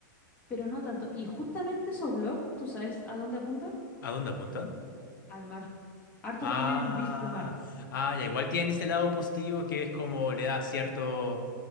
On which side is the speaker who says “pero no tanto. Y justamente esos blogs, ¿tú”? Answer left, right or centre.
Left